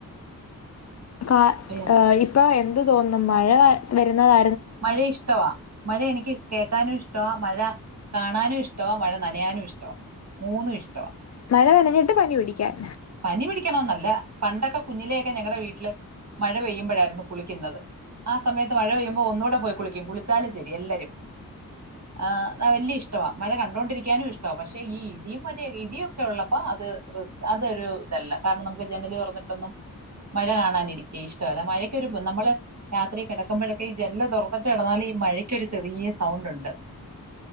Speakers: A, on the left; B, on the right.
A: കാ
B: ഏ,
A: ഇപ്പൊ എന്ത് തോന്നും. മഴ വരുന്നതാ
B: മഴ ഇഷ്ടവാ. മഴ എനിക്ക് കേക്കാനും ഇഷ്ടവാ. മഴ കാണാനും ഇഷ്ടവാ. മഴ നനയാനും ഇഷ്ടവാ. മൂന്നും ഇഷ്ടവാ.
A: മഴ നനഞ്ഞിട്ട് പനി പിടിക്കാൻ.
B: പനി പിടിക്കണോന്നല്ല. പണ്ടൊക്കെ കുഞ്ഞിലെയൊക്കെ ഞങ്ങടെ വീട്ടില് മഴ പെയ്യുമ്പോഴായിരുന്നു കുളിക്കുന്നത്. ആ സമയത്ത് മഴ പെയ്യുമ്പോ ഒന്നൂടെ പോയി കുളിക്കും കുളിച്ചാലും ശരി എല്ലരും ആഹ് ന്ന വല്യ ഇഷ്ടവാ. മഴ കണ്ടോണ്ടിരിക്കാനും ഇഷ്ടാ പക്ഷേ ഈ ഇടി മഴ ഇടിയൊക്കെ ഉള്ളപ്പോ അത് റി അത് ഒരു ഇതല്ല കാരണം നമുക്ക് ജനല് തൊറന്നിട്ടൊന്നും മഴ കാണാനിരിക്കെ ഇഷ്ടമല്ല മഴക്കൊരു നമ്മള് രാത്രി കെടക്കുമ്പഴൊക്കെ ഈ ജനല് തൊറന്നിട്ട് കെടന്നാല് ഈ മഴക്കൊരു ചെറിയ സൗണ്ട്ണ്ട്.